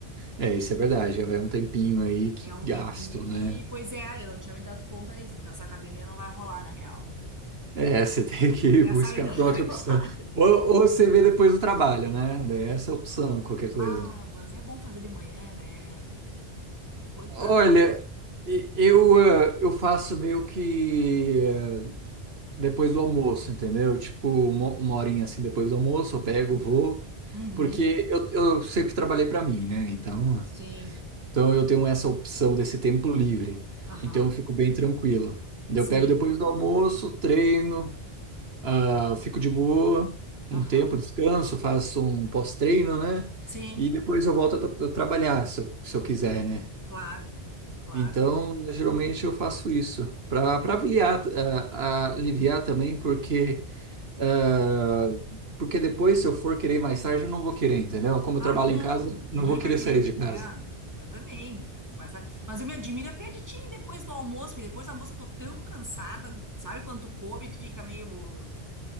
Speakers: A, on the right (about 65°); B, on the right (about 15°).
A: É, isso é verdade, já vai um tempinho aí que
B: é um
A: gasto,
B: tempinho que,
A: né?
B: pois é, eu não tinha me dado conta disso, então essa academia não vai rolar, na real.
A: É, você <laughs> tem que
B: Essa
A: buscar
B: aí não
A: por
B: vai
A: outra
B: <laughs> rolar.
A: opção. Ou, ou você vê depois do trabalho, né? Daí Essa é a opção, qualquer coisa.
B: Ah, mas é bom fazer de manhã, né? Depois do trabalho.
A: Olha, e- eu, eh, eu faço meio que eh, depois do almoço, entendeu? Tipo, uma, uma horinha assim depois do almoço, eu pego, vou.
B: Uhum.
A: Porque eu, eu sempre trabalhei para mim, né? Então,
B: Sim.
A: então eu tenho essa opção desse tempo livre.
B: Aham.
A: Então eu fico bem tranquilo. Daí
B: Sim.
A: Eu pego depois do almoço, treino. Ah, fico de boa,
B: Aham.
A: um tempo, descanso, faço um pós-treino, né?
B: Sim.
A: E depois eu volto a, tra- a trabalhar, se eu, se eu quiser, né?
B: Claro, claro.
A: Então, geralmente eu faço isso para para aliviar, ah, ah, aliviar também, porque ah, porque depois, se eu for querer mais tarde, eu não vou querer, entendeu? Como
B: Claro
A: eu trabalho
B: que não.
A: em casa,
B: Ninguém
A: não vou querer
B: vai querer.
A: sair de casa.
B: É, eu também. Mas, sabe, mas eu me admiro até de ti depois do almoço, porque depois do almoço eu tô tão cansada. Sabe quando tu come, tu fica meio